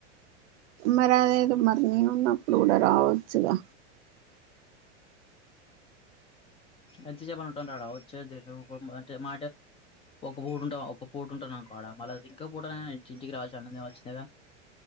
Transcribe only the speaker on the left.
ఎంత సెప్పని ఉంటాంటడా వచ్చేంటే మాట ఒక పూట ఉంటా ఒక పూట ఉంటాను అకోడ మళ్ళ ఇంక పూట ఇ ఇంటికి రావచ్చు అన్నం తినవాలిసిందేగా